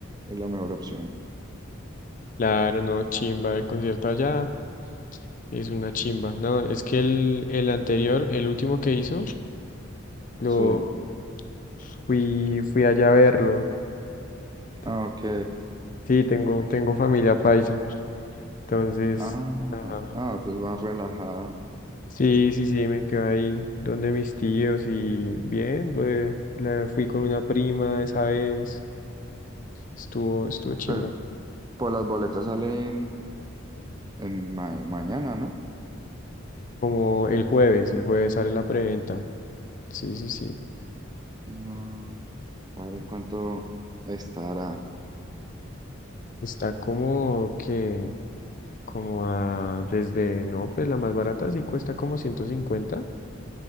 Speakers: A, on the right; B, on the left.
A: es la mejor opción.
B: Claro, no, chimba, el concierto allá. Es una chimba. No, es que el, el anterior, el último que hizo, lo
A: Sí.
B: fui, fui allá a verlo. Te-
A: Ah, ok.
B: Sí, tengo, tengo familia paisa. Entonces,
A: Ah,
B: ajá.
A: ah, pues más relajado.
B: Sí, sí, sí, me quedé ahí donde mis tíos y bien, pues, la, fui con una prima esa vez. Estuvo, estuvo chimba.
A: Pero por las boletas salen en ma- mañana, ¿no?
B: Como el jueves, el jueves sale la preventa. Sí, sí, sí.
A: No. A ver en cuánto estará.
B: Está como que. como a, desde, no, pues la más barata sí cuesta como ciento cincuenta